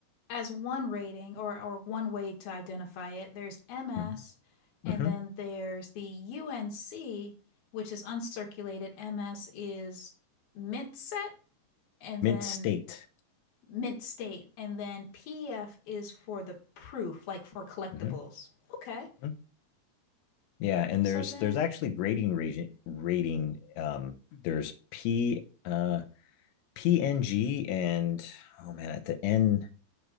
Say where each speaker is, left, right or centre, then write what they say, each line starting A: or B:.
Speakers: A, on the left; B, on the left.
A: as one rating or, or one way to identify it. There's MS,
B: Mhm. Mhm.
A: and then there's the UNC, which is uncirculated. MS is mint set, and
B: Mint
A: then
B: state.
A: mint state, and then PF is for the proof, like for collectibles.
B: Mhm.
A: Okay.
B: Mhm. Yeah, and
A: So
B: there's
A: then,
B: there's actually grading rating, rating um there's P uh PNG and oh man at the N